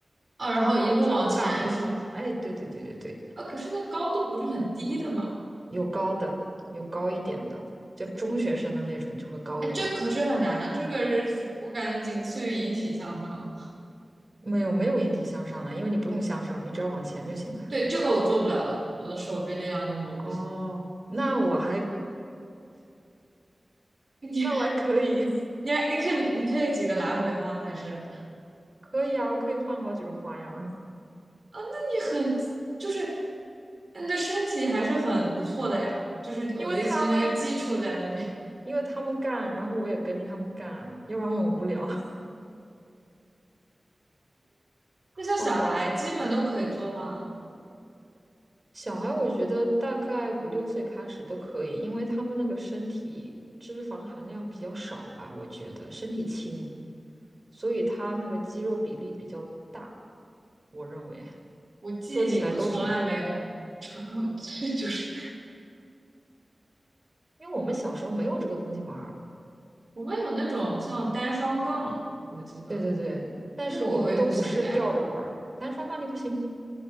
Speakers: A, on the right; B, on the right.
A: 哦，然后一路往前是吗？
B: 一条一条的杠？哎，对对对对对。
A: 啊，可是那高度不是很低的嘛？
B: 有高的，有高一点的，就中学生的那种就会高一点。
A: 哎，这可是很难啊这个是我感觉仅次于引体向上。
B: 没有没有引体向上的，因为你不用向上，你只要往前就行了呀。
A: 对，这个我做不了的，我的手臂力量根本就不行。
B: 哦，那我还
A: <laughs> 你
B: 那我还可以，
A: 你还你可以你可以几个来回吗？还是啊？
B: <laughs> 可以啊，我可以换好几种花样啊
A: 那你很就是你的身体还是很不错的呀。就是我的意思是那个基础在那边。
B: <laughs> 因为他们因为他们干，然后我也跟着他们干，要不然我很无聊，<laughs>
A: 那像小孩基本都可以做吗？
B: 好搞笑。小孩我觉得大概五六岁开始都可以，因为他们那个身体脂肪含量比较少吧，我觉得身体轻，所以他那个肌肉比例比较大，我认为
A: 我记忆里我从来没有成
B: 做起来都挺，
A: <laughs> 就是
B: 因为我们小时候没有这个东西玩儿，
A: 我们有那种像单双杠，我记得
B: 对对对，但是我们都不是吊着玩儿的，
A: 那个我也不行的呀，
B: 单双杠你不行